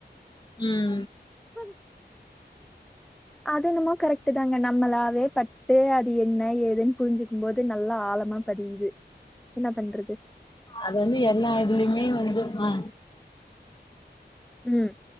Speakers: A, on the left; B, in the centre.
A: உம்
B: ஹ அது என்னமோ கரெக்ட்டு தாங்க நம்மளாவே பட்டு அது என்ன ஏதுன்னு புரிஞ்சுக்கும் போது நல்லா ஆழமா பதியிது என்ன பண்றது
A: அது வந்து எல்லா இதுலயுமே வந்து ஆ
B: உம்